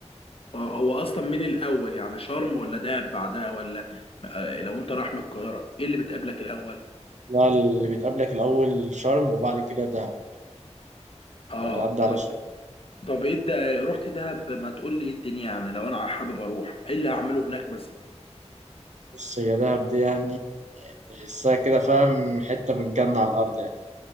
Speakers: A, on the left (about 50°); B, on the right (about 85°).
A: آه، هو اصلا من الاول يعني شرم ولا دهب بعدها ولا آه، لو انت رايح من القاهره ايه اللي بتقابلك الاول
B: لا اللي بتقابلك الاول شرم وبعد كده دهب
A: اه
B: يعني بتعدي على
A: طب
B: شرم
A: طب ايه ده رحت دهب ما تقول لي ايه الدنيا يعني لو انا حابب اروح ايه اللي هعمله هناك مثلا
B: بص هي دهب دي يعني تحسها كده فاهم حته من الجنه على الارض يعني